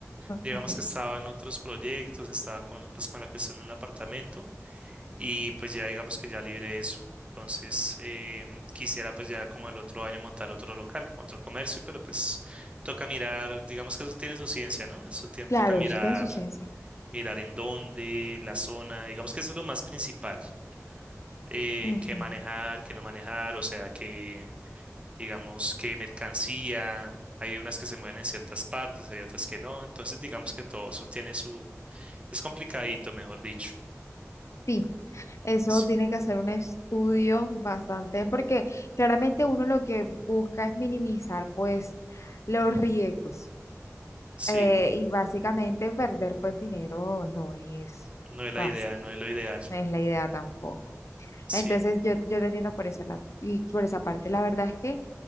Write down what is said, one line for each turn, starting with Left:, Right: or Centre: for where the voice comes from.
Right: Digamos
Left: Ok.
Right: que estaba en otros proyectos, estaba con, pues, con la cuestión de un apartamento y pues ya digamos que ya libre eso. Entonces, em, quisiera pues ya como el otro año montar otro local, otro comercio, pero pues toca mirar, digamos que eso tiene su ciencia, ¿no? Eso tiene,
Left: Claro,
Right: toca mirar
Left: eso tiene su ciencia.
Right: mirar en dónde, la zona, digamos que eso es lo más principal, eh,
Left: Ujú.
Right: qué manejar, qué no manejar, o sea, que digamos, qué mercancía, hay unas que se mueven en ciertas partes, hay otras que no, entonces digamos que todo eso tiene su, es complicadito, mejor dicho.
Left: Sí, eso
Right: Sí,
Left: tiene que hacer un estudio bastante, porque claramente uno lo que busca es minimizar pues los riesgos.
Right: sí,
Left: Eh, y básicamente perder pues dinero no es
Right: no es la
Left: fácil,
Right: idea, no es lo ideal,
Left: no es la idea tampoco.
Right: sí,
Left: Entonces yo, yo te entiendo por esa, la- y por esa parte. La verdad es que